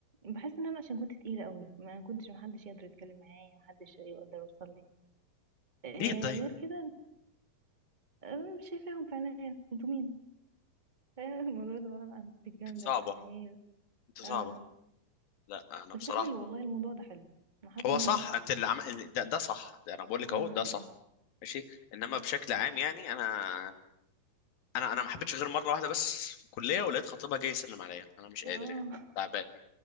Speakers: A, on the right; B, on the left.
A: بحس ان انا عشان كنت تقيلة قوي ما كنتش محدش يقدر يتكلم معايا محدش يقدر يوصل لي آه
B: ليه طيب
A: غير كده آه، مش شايفاهم في عينيا انتوا مين <laughs> آه الموضوع اللي هو انا كنت جامدة
B: صعبه
A: مش عارفة ايه
B: انت صعبه
A: آه آه.
B: لا انا
A: بس
B: بصراحه
A: حلو والله الموضوع ده حلو انا حاسة
B: هو
A: ان
B: صح
A: هو ده الصح
B: انت اللي عم... ال- ده ده صح ده انا بقول لك
A: امم
B: اهو ده صح ماشي انما بشكل عام يعني انا انا انا ما حبيتش غير مره واحده بس في الكليه ولقيت خطيبها جاي يسلم عليا انا مش
A: اه
B: قادر يعني تعبان
A: <laughs>